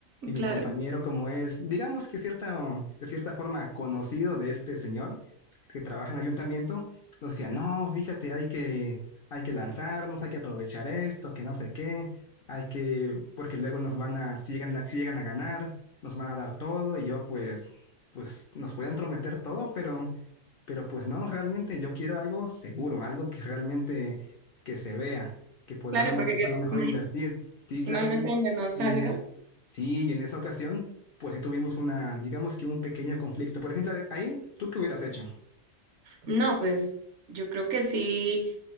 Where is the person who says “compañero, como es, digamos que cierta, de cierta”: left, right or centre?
Left